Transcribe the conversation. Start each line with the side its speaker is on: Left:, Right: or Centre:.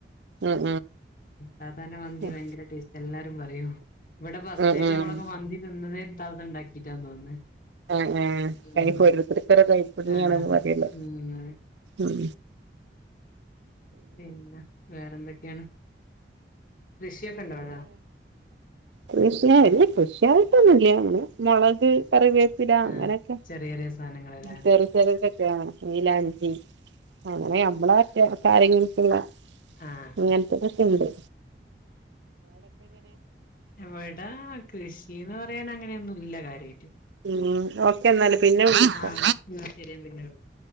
Right: ഉം ഉം
Left: താത്തന്ന മന്തി
Right: ഉം
Left: ഭയങ്കര ടേസ്റ്റ് എല്ലാരും പറയോ ഇവിടെ ഫസ്റ്റായിട്ട്
Right: ഉം ഉം ഉം
Left: നമ്മളൊക്കെ മന്തി തിന്നുന്നത് ഇത്താത്ത ഉണ്ടാക്കിട്ടാ തോന്നുന്നു
Right: ആ ആഹ് അതിനിപ്പോഓരോർത്തർക്ക്
Left: ഉം
Right: ഓരോ കൈപ്പുണ്ണിയ
Left: ആഹ്
Right: ആണന്ന്
Left: അതെ
Right: പറയില്ലോ
Left: ഉം അതെ
Right: ഉം
Left: പിന്നെ വേറെന്തൊക്കെയാണ് കൃഷിയൊക്കെ ഉണ്ടോ അവിടെ
Right: കൃഷിയല്ല കൃഷിയായിട്ടൊന്നല്ലേ അങ്ങനെ മുളക് കറിവേപ്പില അങ്ങനൊക്കെ
Left: ആഹ് ചെറിയ ചെറിയ സാധനങ്ങളല്ലേ
Right: ചെറുത് ചെറതൊക്കെയാണ് മൈലാഞ്ചി അങ്ങനെ മറ്റ് കാര്യങ്ങൾക്കുള്ള
Left: ആഹ്
Right: അങ്ങനെയൊക്കെ ഉണ്ട്
Left: എവിടാ കൃഷി അന്ന് പറയാൻ അങ്ങനെയൊന്നും ഇല്ല കാര്യമായിട്ട്
Right: ഉം ഓക്കെ എന്ന പിന്നെ വിളിക്ക
Left: ആഹ് എന്നാ ശരി ഞാൻ പിന്നെ വിളിക്കാം